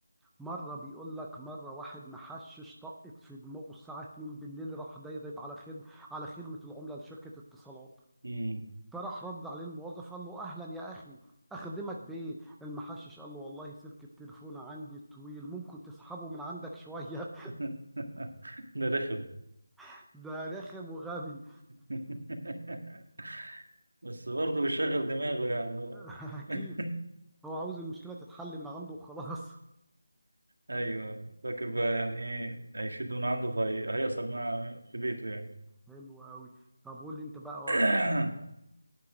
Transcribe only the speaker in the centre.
مرة بيقول لك مرة واحد محشش طقت في دماغه الساعة 2 بالليل راح ضايب على خدم على خدمة العملة لشركة اتصالات
فراح رد عليه الموظف قال له أهلا يا أخي أخدمك بإيه؟ المحشش قال له والله سلك التليفون عندي طويل ممكن تسحبه من عندك شوية
<laughs> ده رخم وغبي
<laughs> أكيد
هو عاوز المشكلة تتحل من عنده وخلاص
<laughs> حلو قوي طب قول لي انت بقى واحد